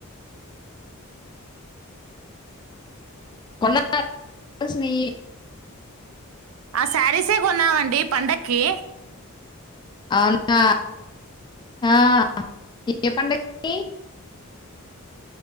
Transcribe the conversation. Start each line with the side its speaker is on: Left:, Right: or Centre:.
Right: <inaudible>
Left: కొన్నా కావలసినవి
Right: ఆ సారీసే కొన్నామండి పండక్కి
Left: అవునా ఆ ఏ పండక్కి